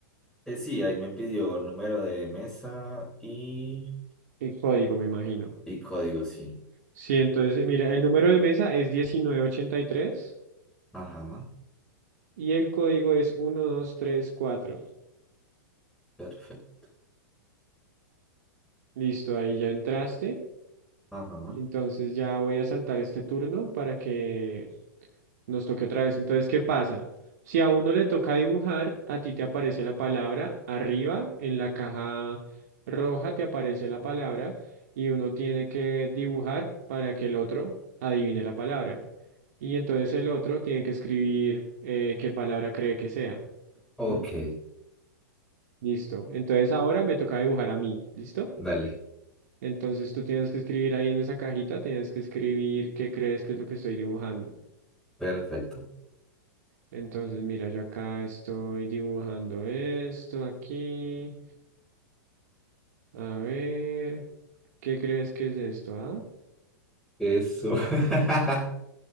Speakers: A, in the centre; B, on the right.
A: Eh, sí, ahí me pidió número de mesa y,
B: El código, me imagino.
A: y código, sí.
B: Sí, entonces, mira, el número de mesa es diecinueve ochenta y tres
A: Ajá,
B: y el código es 1234.
A: perfecto.
B: Listo, ahí ya entraste.
A: Ajá.
B: Entonces ya voy a saltar este turno para que nos toque otra vez. Entonces, ¿qué pasa? Si a uno le toca dibujar, a ti te aparece la palabra arriba, en la caja roja te aparece la palabra y uno tiene que dibujar para que el otro adivine la palabra. Y entonces el otro tiene que escribir eh, qué palabra cree que sea.
A: Ok,
B: ¿Mm? Listo. Entonces ahora me toca dibujar a mí. ¿Listo?
A: dale,
B: Entonces tú tienes que escribir ahí en esa cajita, tienes que escribir qué crees que es lo que estoy dibujando.
A: perfecto.
B: Entonces mira, yo acá estoy dibujando esto aquí. A ver, ¿qué crees que es esto? ah?
A: Eso. <laughs>